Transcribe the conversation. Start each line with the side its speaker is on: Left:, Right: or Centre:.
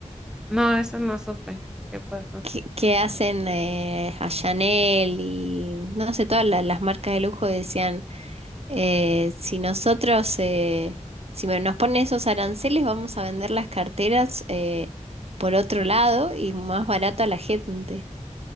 Centre: No, eso no supe. ¿Qué pasó?
Right: que, que hacen eh, a Chanel y no sé, todas la- las marcas de lujo decían, eh, si nosotros, eh, si me- nos ponen esos aranceles, vamos a vender las carteras eh, por otro lado y más barato a la gente.